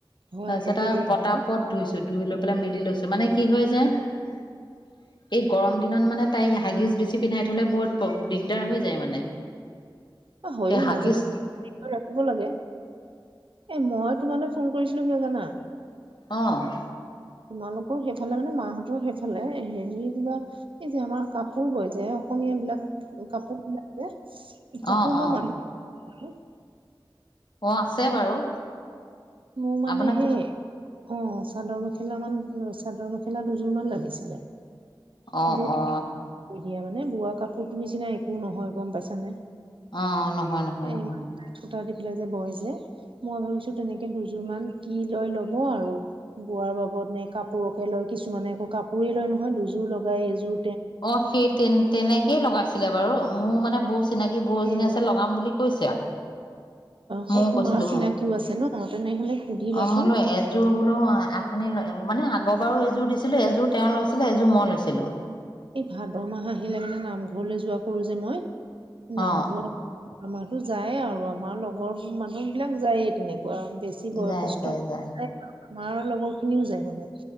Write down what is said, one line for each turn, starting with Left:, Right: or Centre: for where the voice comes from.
Right: হয়
Left: তাৰপিছত
Right: আকৌ কেলে
Left: আৰু পতা
Right: নহব
Left: পত ধুইছো ধুই লৈ পেলাই মেলি লৈছো। মানে কি হয় য এই গৰম দিনত মানে তাইক হাগিছ বেছি পিন্ধাই থ'লে <unintelligible> দিগদাৰ হৈ যায় মানে।
Right: অ, হয়ো
Left: এই হাগিজ
Right: মাজে - মাজে নিপিন্ধাও ৰাখিব লাগে। এ মই তোমালৈ ফোন কৰিছিলো কিয় জানা
Left: অ'।
Right: তোমালোকৰ সেইফালে মানে মাহতৰ সেইফালে, হেৰি কিবা এই যে আমাৰ কাপোৰ বয় যে বিলাক কাপোৰ বিলাক যে, কাপোৰ
Left: অ
Right: <unintelligible>
Left: অ
Right: মানুহ
Left: অ', আছে বাৰু।
Right: মোৰ মানে
Left: আপোনাক
Right: সেই অঁ চাদৰ মখ মেখেলা মান, চাদৰ মেখেলা দুযোৰ মান লাগিছিলে।
Left: অ',
Right: বৈ
Left: অ'।
Right: দিয়া মানে বোৱা কাপোৰতো নিচিনা একো নহয় গম পাইছানে?
Left: অ', নহয় নহয়
Right: এই
Left: নহয়।
Right: <unintelligible> যে বয় যে। মই ভাবিছো তেনেকে দুযোৰ মান কি লৈ ল'ব আৰু বোৱাৰ বাবদ নে কাপোৰকে লৈ কিছুমানে আকৌ কাপোৰেই লয় নহয়, দুযোৰ লগাই এইযোৰ
Left: অ', সেই তেন-তেনেকেই লগাইছিলে বাৰু মোৰ মানে বৌ চিনাকি বৌ এজনী
Right: এ
Left: আছে লগাম বুলি কৈছা।
Right: হয়
Left: মইও
Right: তোমাৰ
Left: কৈছিলো।
Right: চিনাকিও আছে ন তেনেহলে সুধিবাচোন
Left: অ', বোলো এযোৰ বোলো আপুনি মানে আগৰ বাৰো এযোৰ দিছিলো, এযোৰ তেওঁ লৈছিলে, এযোৰ মই লৈছিলো।
Right: এই ভাদ মাহ আহিলে মানে নামঘৰলৈ যোৱা কৰো যে মই, নামঘৰ
Left: অ
Right: আমাৰতো যায়ে আৰু আমাৰ লগৰ মানুহ বিলাক যায়ে তেনেকে। বেছি বয়সস্থ,
Left: যায় যায় যায়
Right: <unintelligible> আমাৰ লগৰ খিনিও যায় মানে।